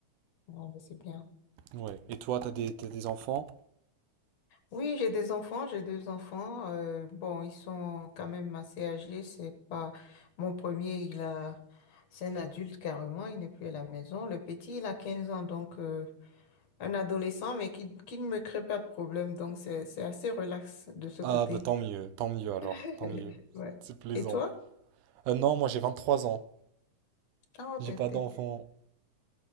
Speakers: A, on the left (about 60°); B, on the right (about 80°).
A: Ah, je sais bien.
B: Ouais. Et toi, t'as des, t'as des enfants?
A: Oui, j'ai des enfants, j'ai deux enfants. euh, bon, ils sont quand même assez âgés. C'est pas mon premier, il a, c'est un adulte carrément, il n'est plus à la maison. Le petit, il a 15 ans, donc euh, un adolescent, mais qui, qui ne me crée pas de problème. Donc c'est, c'est assez relax de ce
B: Ah,
A: côté.
B: bah tant mieux, tant mieux alors,
A: <laughs>
B: tant mieux.
A: Ouais.
B: C'est plaisant.
A: Et toi?
B: Euh, non, moi j'ai 23 ans.
A: Oh,
B: J'ai
A: t'es,
B: pas
A: t'es-
B: d'enfant.